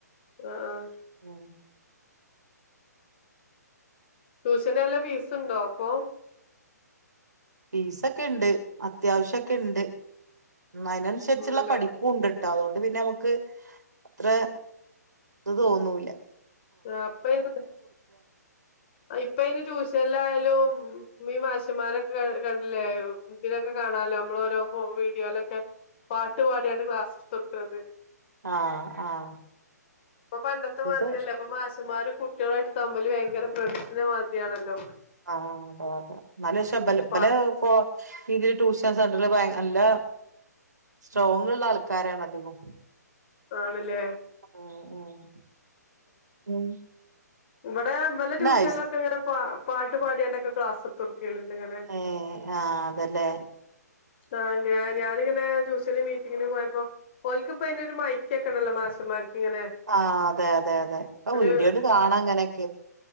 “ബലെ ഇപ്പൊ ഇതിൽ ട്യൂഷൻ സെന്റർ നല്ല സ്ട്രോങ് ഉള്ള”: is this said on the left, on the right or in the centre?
Right